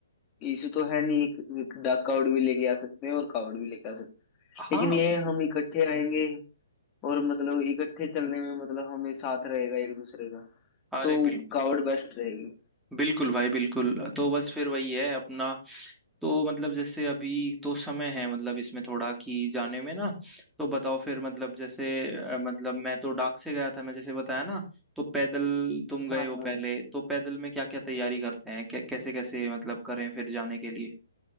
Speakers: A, on the left; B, in the centre.
A: इशू तो है नहीं एक, एक डाक कावड़ भी लेके आ सकते हैं और कावड़ भी लेके आ सकते हैं
B: हाँ
A: लेकिन ये हम इकट्ठे आएंगे और मतलब इकट्ठे चलने में मतलब हमें साथ रहेगा एक दूसरे का
B: अरे
A: तो
B: बिल्कुल
A: कावड़ बेस्ट रहेगी
B: बिल्कुल भाई बिल्कुल तो बस फिर वही है अपना तो मतलब जैसे अभी तो समय है मतलब इसमें थोड़ा कि जाने में ना तो बताओ फिर मतलब जैसे अ, मतलब मैं तो डाक से गया था मैं जैसे बताया ना तो पैदल तुम गए
A: हाँ
B: हो
A: हाँ
B: पहले तो पैदल में क्या क्या तैयारी करते हैं क्या कैसे कैसे मतलब करें फिर जाने के लिए